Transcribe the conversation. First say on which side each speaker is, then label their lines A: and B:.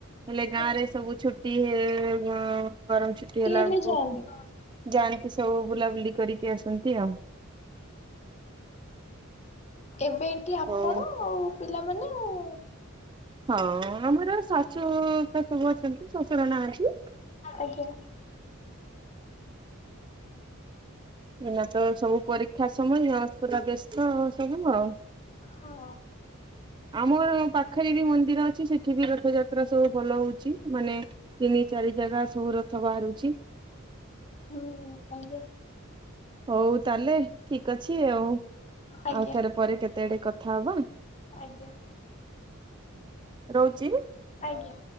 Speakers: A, on the right; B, on the left.
A: ହେଲେ ଗାଁ
B: ଆଚ୍ଛା।
A: ରେ ସବୁ ଛୁଟି ହେ ଗରମ ଛୁଟି ହେଲା
B: ହେଲେ
A: ବେଳକୁ
B: ଯାଆନ୍ତି।
A: <unintelligible> ସବୁ ବୁଲାବୁଲି କରିକି ଆସନ୍ତି ଆଉ।
B: ଏବେ ଏଠି ଆପଣ
A: ହଉ
B: ଆଉ ପିଲାମାନେ? ଆଉ
A: ହଁ ଆମର ଶାଶୁପା ସବୁ ଅଛନ୍ତି, ଶଶୁର ନାହାନ୍ତି।
B: ଆଜ୍ଞା।
A: ହେଲା ତ ସବୁ ପରୀକ୍ଷା ସମୟ, ପୁରା ବ୍ୟସ୍ତ ସବୁ ଆଉ।
B: ହଁ।
A: ଆମର ପାଖରେ ବି ମନ୍ଦିର ଅଛି, ସେଠି ବି ରଥଯାତ୍ରା ସବୁ ଭଲ ହଉଛି, ମାନେ ତିନି ଚାରି ଜାଗା ସବୁ ରଥ ବାହାରୁଛି।
B: ହୁଁ, ଆଜ୍ଞା।
A: ହଉ ତାହେଲେ ଠିକ ଅଛି ଆଉ,
B: ଆଜ୍ଞା
A: ଆଉଥର ପରେ କେତେ ଆଡେ କଥା ହବା।
B: ଆଜ୍ଞା।
A: ରହୁଛି?
B: ଆଜ୍ଞା।